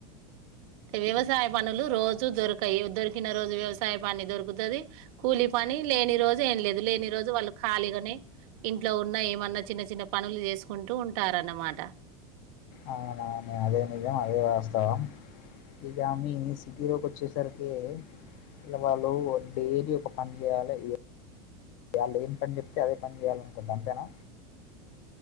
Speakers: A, on the right; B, on the left.
A: వ్యవసాయ పనులు రోజు దొరకాయి దొరికిన రోజు వ్యవసాయ పని దొరుకుతుంది కూలి పని కానీ లేని రోజు ఏం లేదు లేని రోజు వాళ్ళు ఖాళీగానే ఇంట్లో ఉన్న ఏమన్నా చిన్న చిన్న పనులు చేసుకుంటూ ఉంటారన్నమాట
B: అవునవును అదే నిజం అదే వాస్తవం ఈగా మి సిటీ లోకి వచ్చేసరికి. ఇగా వాళ్ళు డైలీ ఒక పని చేయాలే, వాళ్ళు ఏం పని చెప్తే అదే పని చేయాలనుకుంట అంతేనా